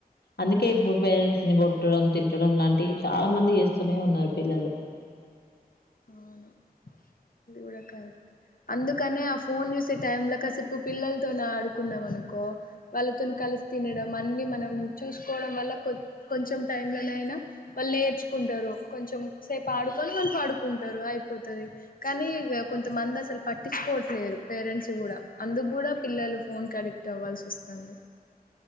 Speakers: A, on the left; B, on the left.
A: అందుకే ఇప్పుడు పేరెంట్స్ ని కొట్ కోట్టడం తిట్టడం లాంటివి చాలా మంది చేస్తూనే ఉన్నారు పిల్లలు
B: అవును ఇది కూడా కరెక్ట్ అందుకనే ఆ ఫోన్ చూసే టైమ్ లో కాసేపు పిల్లలతోనే ఆడుకున్నాం అనుకో ఓ వాళ్ళతోని కలిసి తినడం అన్ని మనం చూసుకోవడం వల్ల కొం కొంచెం టైమ్లో నైనా వాళ్ళు నేర్చుకుంటారు కొంచెం సేపు ఆడుకొని వాళ్ళు పడు కుంటారు అయిపోతది కానీ ఇగ కొంతమంది అసలు పట్టించుకోవట్లేరు పేరెంట్స్ కూడా అంద ఇప్పటిక్కూడా పిల్లలు ఫోన్ కడిక్ట్ అవ్వాల్సి వస్తాంది.